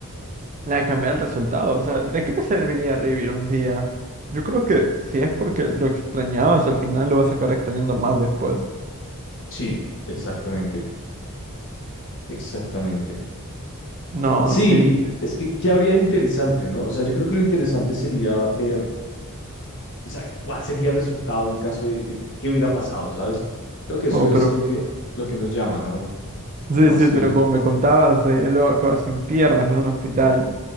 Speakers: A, on the right (about 35°); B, on the left (about 55°).
A: La de cambiar el resultado, o sea, ¿de qué te serviría revivir un día? Yo creo que si es porque lo extrañabas, al final lo vas a acabar extrañando más después.
B: Sí, exactamente, exactamente.
A: No,
B: Sí,
A: sí. tío.
B: es que, ¿qué habría de interesante, no? O sea, yo creo que lo interesante sería ver, o sea, cuál sería el resultado en caso de, de que qué hubiera pasado, ¿sabes? Creo que eso
A: Oh,
B: es
A: pero.
B: lo que, lo que nos llama, ¿no?
A: Sí,
B: Más
A: sí,
B: que...
A: pero como me contabas, de luego acabas sin piernas en un hospital,